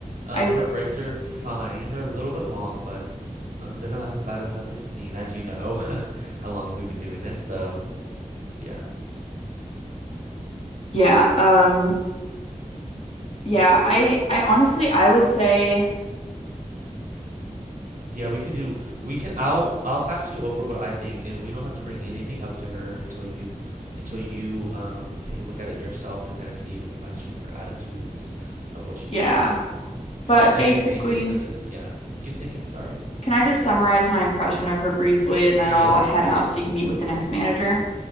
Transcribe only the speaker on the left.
I
yeah, um yeah, I I honestly I would say
yeah.
But
basically,
can I just summarize my impression of her briefly and
then I'll head
out so
you can meet with the next manager?